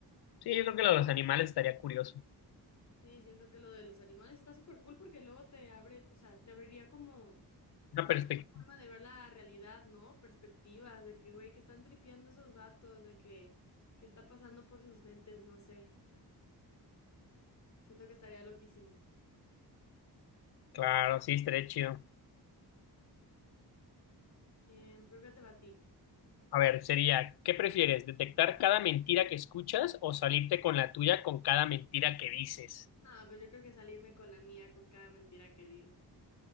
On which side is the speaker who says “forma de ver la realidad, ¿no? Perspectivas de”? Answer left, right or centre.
Left